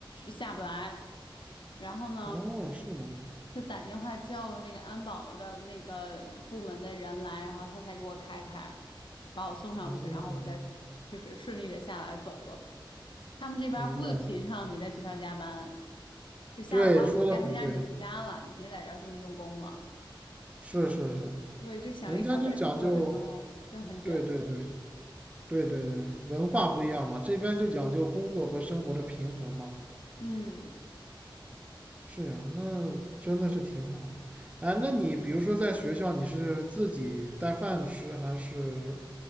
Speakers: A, on the left (about 70°); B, on the right (about 15°).
A: 下不来。然后呢？
B: 哦，是吗？
A: 就打电话叫了那个安保的那个部门的人来，然后他才给我开开，把我送上去，
B: 哦，
A: 然后我再就是顺利的下来走了。他们这边儿不提倡你在学校加班，
B: 明白了。
A: 就下了班儿你该回家你就回家了，
B: 对，说的很对，
A: 你别在这儿这么用功了。
B: 是是是，
A: 对，就想一想，
B: 人家就讲究，
A: 在中国的时候真的很卷。
B: 对对对对对对，文化不一样嘛，这边就讲究工作和生活的平衡嘛。
A: 嗯。
B: 是呀，那真的是挺好的。哎，那你比如说在学校，你是自己带饭吃，还是